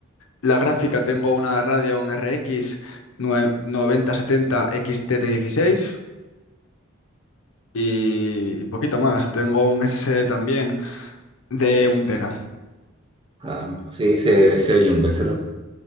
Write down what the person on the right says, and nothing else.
Ah, no. Sí, se, se oye un buen setup.